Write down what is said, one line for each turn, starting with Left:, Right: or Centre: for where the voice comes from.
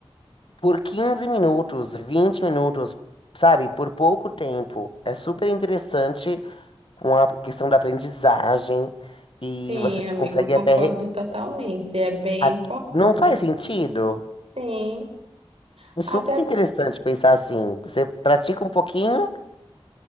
Left: por 15 minutos, 20 minutos, sabe? Por pouco tempo. É super interessante com a questão da aprendizagem e
Right: Sim,
Left: você
Right: amigo,
Left: consegue
Right: concordo
Left: até. re-
Right: totalmente. É bem
Left: a-
Right: importante.
Left: Não faz sentido?
Right: Sim,
Left: É super
Right: até
Left: interessante pensar assim. Você pratica um pouquinho